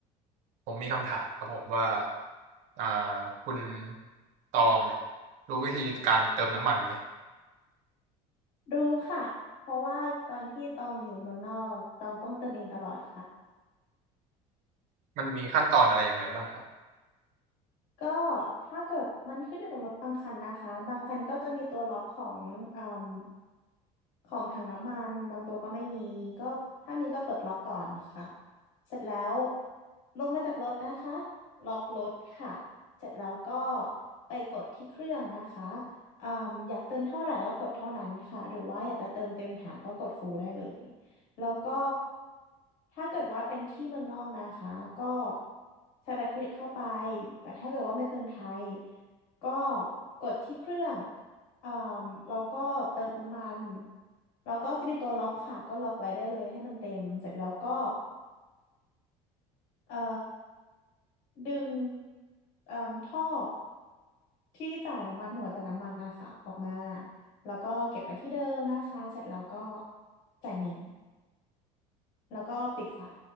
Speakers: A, on the right; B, on the left.
A: ผมมีคำถามครับผมว่าอ่าคุณตองเนี่ยรู้วิธีการเติมน้ำมันไหม
B: รู้ค่ะเพราะว่าตอนที่ตองอยู่เมืองนอกตองต้องเติมเองตลอดค่ะ
A: มันมีขั้นตอนอะไรยังไงบ้างครับ
B: ก็ถ้าเกิดมันขึ้นอยู่กับรถบางคันนะคะบางคันก็จะมีตัวล็อกของเอืมของถังน้ำมันบางตัวก็ไม่มีก็ถ้ามีก็เปิดล็อกก่อนค่ะเสร็จแล้วลงมาจากรถนะคะล็อกรถค่ะเสร็จแล้วก็ไปกดที่เครื่องนะคะเอมอยากเติมเท่าไหร่ก็กดเท่านั้นค่ะหรือว่าอยากจะเติมเต็มถังก็กดฟูลได้เลย แล้วก็ถ้าเกิดว่าเป็นที่เมืองนอกนะคะก็ใช้บัตรเครดิตเข้าไปแต่ถ้าเกิดว่าเป็นเมืองไทยก็กดที่เครื่องเอ่มแล้วก็เติมน้ำมันแล้วก็จะมีตัวล็อกค่ะก็ล็อกไว้ได้เลยให้มันเต็มเสร็จแล้วก็เอ่อดึงเอ่มท่อที่จ่ายน้ำมันหัวจ่ายน้ำมันนะคะออกมาแล้วก็เก็บไว้ที่เดิมนะคะเสร็จแล้วก็จ่ายเงินแล้วก็ปิดฝา